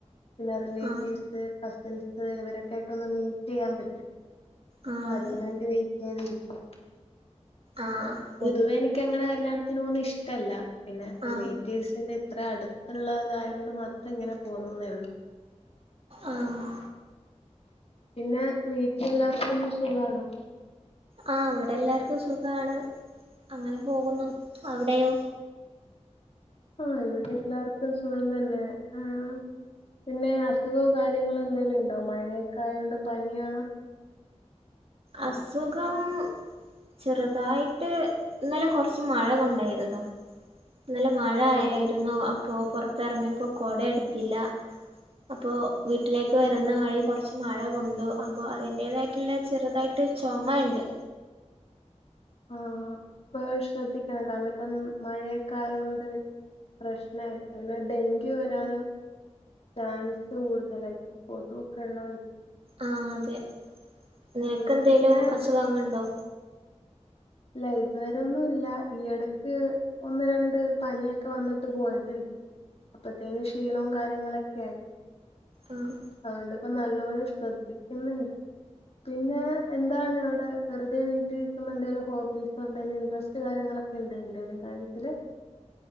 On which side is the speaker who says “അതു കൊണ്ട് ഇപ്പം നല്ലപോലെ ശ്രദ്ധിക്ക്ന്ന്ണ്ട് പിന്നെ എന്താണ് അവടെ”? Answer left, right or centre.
Left